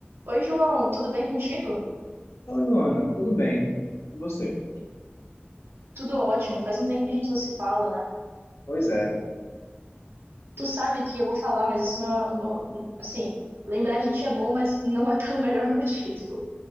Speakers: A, on the right; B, on the left.
A: Oi, João, tudo bem contigo?
B: Oi, Luana, tudo bem? E você?
A: Tudo ótimo. Faz um tempo que a gente não se fala, né?
B: Pois é,
A: Tu sabe que eu vou falar, mas isso não, é, não- assim, lembrar de ti é bom, mas não é pelo <laughs> melhor motivo.